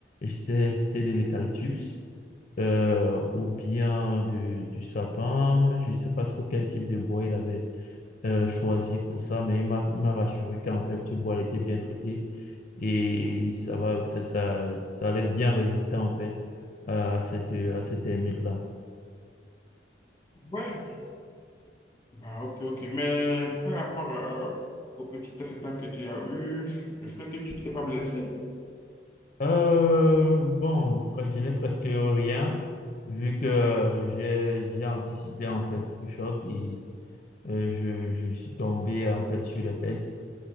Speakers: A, on the left; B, on the left.
A: c'était c'était de l'eucalyptus euh, ou bien de- du sapin. Je ne sais pas trop quel type de bois il avait euh, choisi pour ça, mais il m'a il m'a rassuré qu'en fait, ce bois il était bien traité et ça va, ça, ça, ça allait bien résister en fait à cette, à cette là
B: Ouais, Ah, ok, ok. Mais par rapport euh, au petit accident que tu as eu, j'espère que tu t'es pas blessé.
A: Euh, bon, après, je n'ai presque rien vu que euh, j'ai j'ai anticipé en fait le choc et Euh, je, je suis tombé en fait sur les fesses.